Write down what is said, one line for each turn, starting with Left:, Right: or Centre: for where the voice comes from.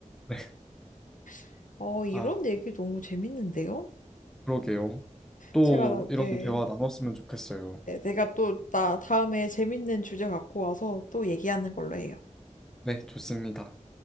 Centre: 네,
Left: <laughs> 어, 이런
Centre: 아,
Left: 얘기 너무 재밌는데요?
Centre: 그러게요. 또
Left: 제가,
Centre: 이런
Left: 네.
Centre: 대화 나눴으면 좋겠어요.
Left: 네, 내가 또 나 다음에 재밌는 주제 갖고 와서 또 얘기하는 걸로 해요.
Centre: 네, 좋습니다.